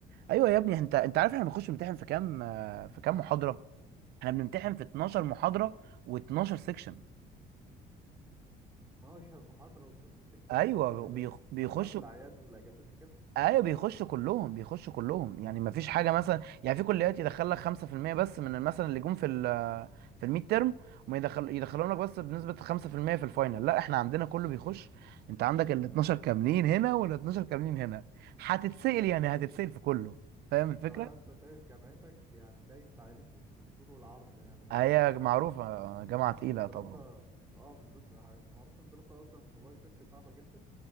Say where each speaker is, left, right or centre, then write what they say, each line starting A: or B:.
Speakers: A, on the right; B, on the right.
A: ايوه يا ابني انت انت عارف احنا بنخش نمتحن في كام آه، في كام محاضره احنا بنمتحن في 12 محاضرة و12 سيكشن
B: 12 محاضرة و12 سيكشن
A: ايوه
B: ايه كل ده
A: بيخ...
B: يا اسطى؟
A: بيخشوا
B: حتى في الأعياد والأجازات وكده
A: ايوه بيخشوا كلهم بيخشوا كلهم يعني ما فيش حاجه مثلا يعني في كليات يدخل لك 5% بس من مثلا اللي جم في ال في الميد تيرم وما يدخل يدخلهم لك بس بنسبه 5% في المية في الفاينل لا احنا عندنا كله بيخش انت عندك ال 12 كاملين هنا وال 12 كاملين هنا هتتسأل يعني هتتسأل في كله فاهم
B: الصراحة
A: الفكره
B: لسه شايف جامعتك يعني دايسة عليكم بالطول والعرض يعني
A: هي
B: كفاية
A: معروفه
B: أصلا
A: جامعه تقيله
B: ان الدراسة
A: طبعا
B: اه بالظبط معروف ان الدراسة اصلا في باي تك صعبة جدا